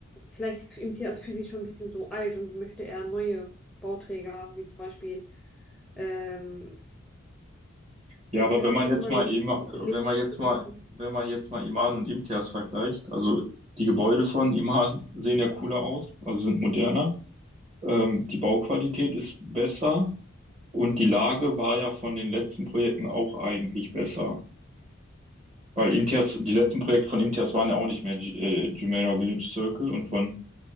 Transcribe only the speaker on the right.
Ja,
aber
wenn
man
jetzt
mal
Ima-
wenn man jetzt
mal,
wenn man jetzt mal Iman und Imtiaz vergleicht, also die Gebäude von Iman sehen ja cooler aus, also sind moderner, ähm, die Bauqualität ist besser und die Lage war ja von den letzten Projekten auch eigentlich besser. Weil Imtiaz, die letzten Projekte von Imtiaz waren ja auch nicht mehr G äh, Jumeirah Village Circle und von